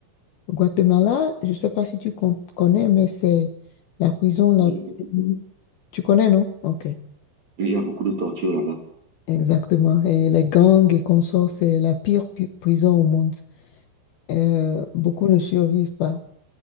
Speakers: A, on the left; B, on the right.
A: Au Guatemala, je ne sais pas si tu con- connais, mais c'est la prison la
B: Oui, il
A: plus...
B: y a beaucoup de
A: Tu connais, non? Ok,
B: Il y a beaucoup de tortures là-bas.
A: exactement. Et les gangs et consorts, c'est la pire pu- prison au monde. Euh, beaucoup ne survivent pas.